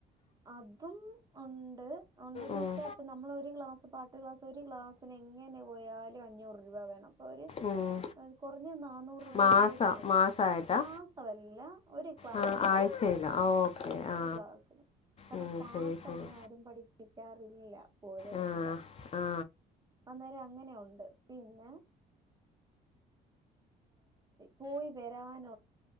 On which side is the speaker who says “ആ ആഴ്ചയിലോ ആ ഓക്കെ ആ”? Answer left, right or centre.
Left